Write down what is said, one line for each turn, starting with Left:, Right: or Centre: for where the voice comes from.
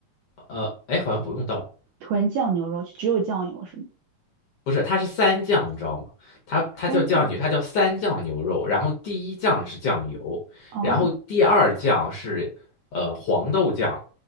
Left: 呃，哎，好像不用倒，
Right: 纯酱牛肉，只有酱油是吗？
Left: 不是，它是三酱，你知道吗？它它叫酱牛，
Right: 三酱
Left: 它叫三酱牛肉，然后第一酱是酱油，
Right: 哦，
Left: 然后第二酱是呃黄豆酱，